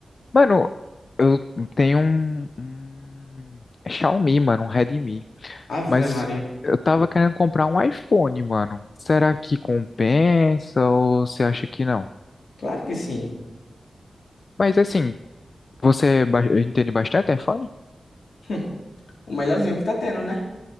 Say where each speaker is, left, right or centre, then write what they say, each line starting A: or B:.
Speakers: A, on the left; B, on the left.
A: Mano, eu tenho um, um Xiaomi, mano, um Redmi,
B: Ave
A: mas
B: Maria.
A: eu tava querendo comprar um iPhone, mano. Será que compensa ou você acha que não?
B: Claro que sim.
A: Mas assim, você ba- entende bastante iPhone?
B: <laughs> O melhorzinho que tá tendo, né?